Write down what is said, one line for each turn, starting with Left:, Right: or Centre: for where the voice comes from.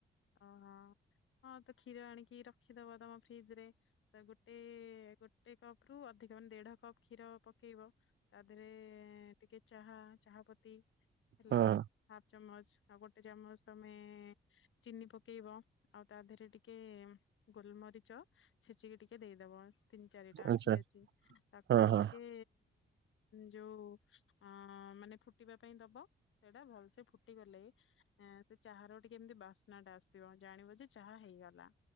Left: ଅ ହ ହଁ ତ କ୍ଷୀର ଆଣିକି ରଖିଦବ ତମ ଫ୍ରିଜ ରେ ତ ଗୋଟେ ଗୋଟେ କପ ରୁ ଅଧିକ ମାନେ ଦେଢ କପ୍ କ୍ଷୀର ପକେଇବ ତା ଦେହରେ ଟିକେ ଚାହା ଚାହା ପତି ହେଲା
Right: ହଁ
Left: ହାଫ୍ ଚାମଚ ଆଉ ଗୋଟେ ଚାମଚ ତମେ ଚିନି ପକେଇବ ଆଉ ତା ଦେହରେ ଟିକେ ଗୋଲମରିଚ ଛେଚିକି ଟିକେ ଦେଇଦବ ତିନି ଚାରିଟା
Right: ଆଚ୍ଛା
Left: ଠିକ ଅଛି ତାକୁ
Right: ହଁ ହଁ।
Left: ଟିକେ ଯୋଉ ଅଁ ମାନେ ଫୁଟିବା ପାଇଁ ଦବା ସେଇଟା ଭଲ ସେ ଫୁଟିଗଲେ ସେ ଚାହାର ଟିକେ ଏମିତି ବାସ ନା ଟା ଆସିବ ଜାଣିବ ଯେ ଚାହା ହେଇଗଲା।